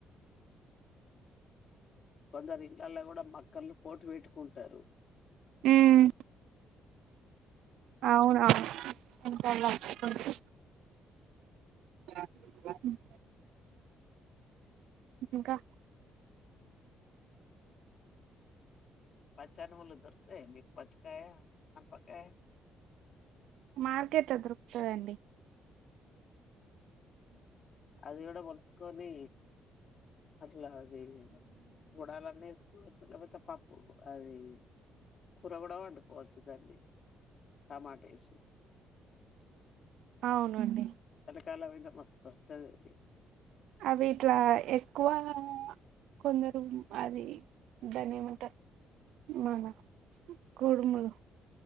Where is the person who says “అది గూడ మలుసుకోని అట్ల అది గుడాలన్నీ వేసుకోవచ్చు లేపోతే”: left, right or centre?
Left